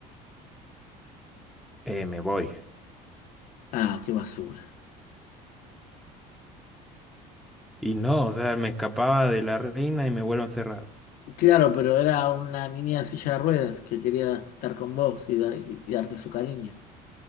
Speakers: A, in the centre; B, on the left (about 55°).
A: eh, me voy.
B: Ah, qué basura.
A: Y no, o sea, me escapaba de la reina y me vuelvo a encerrar.
B: Claro, pero era una niña en silla de ruedas que quería estar con vos y, dar- y y darte su cariño.